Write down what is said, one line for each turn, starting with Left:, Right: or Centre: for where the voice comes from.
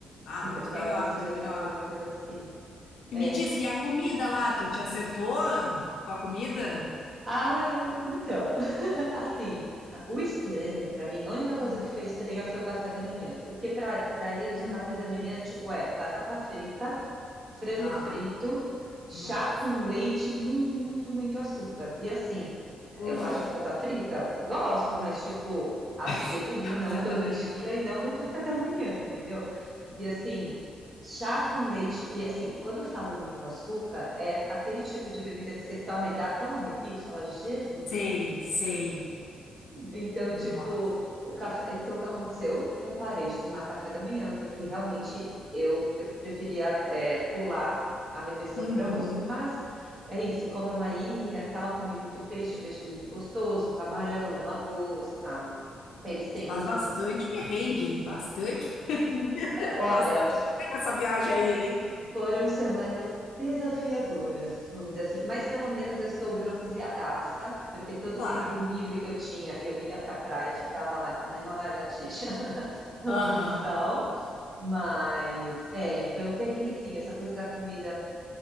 Left: Ah,
Right: Então,
Left: muito
Right: eu tava
Left: melhor,
Right: pensando
Left: muito
Right: em
Left: melhor.
Right: fazer uma coisa assim. é
Left: E me diz, e a comida lá, tu te acertou com a comida?
Right: Ai, então, <laughs> Assim, o estranho pra mim, a única coisa
Left: Hum,
Right: que foi estranha foi o café da manhã, porque pra para eles
Left: hum.
Right: o café da manhã tipo é batata frita, frango
Left: Tá.
Right: frito, chá
Left: Nossa.
Right: com leite, muito, muito, muito açúcar. E assim,
Left: Uf,
Right: eu gosto de batata frita, gosto, mas tipo às vezes,
Left: <laughs> café
Right: não todo
Left: da manhã.
Right: dia e não no café da manhã, entendeu? E assim, Chá com leite, e assim, quando eu falo muito açúcar, é aquele tipo de bebida que você toma e dá até um arrepio, você fala, Jesus
Left: Sei, sei.
Right: então,
Left: Nossa.
Right: tipo, o café, então o que aconteceu? Eu parei de tomar café da manhã, porque realmente eu, eu preferia é, pular a refeição
Left: Uhum.
Right: para o almoço. Mas é isso, como é uma ilha, tal, comi muito peixe, o peixe é muito gostoso, camarão, lagosta. Eles têm,
Left: Mas
Right: usam
Left: bastante
Right: muito.
Left: perrengue, hein? Bastante perrengue. <laughs>
Right: é, Olha,
Left: Bastante perrengue essa viagem aí, hein?
Right: foram semanas desafiadoras, vamos dizer assim, mas pelo menos eu estou bronzeadaça, porque todo
Left: Claro.
Right: o tempo livre que eu tinha, eu ia para a praia, eu ficava lá que nem uma lagartixa <laughs> tomando
Left: Aham.
Right: sol. Mas, é, foi um perrenguezinho, essa coisa da comida